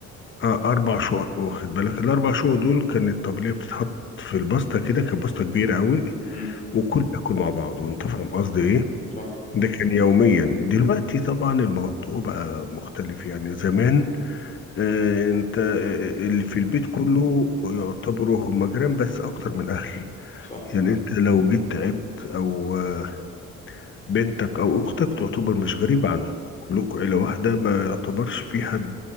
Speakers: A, on the left; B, on the left.
A: آه اربع شقق واخد بالك الاربع شقق دول كانت الطبليه بتتحط في البسطه كده كانت بسطه كبيره قوي
B: مم.
A: وكل ياكل مع بعض وانت فاهم قصدي ايه
B: صح
A: ده كان يوميا دلوقتي طبعا الموضوع بقى مختلف يعني زمان آه انت آه، آه، اللي في البيت كله يعتبروا هم جيران بس اكتر من اهل
B: صح
A: يعني انت لو جيت تعبت او آه، بنتك او اختك تعتبر مش غريب عنهم كلكم
B: مم.
A: عيلة واحدة ما يعتبرش في حد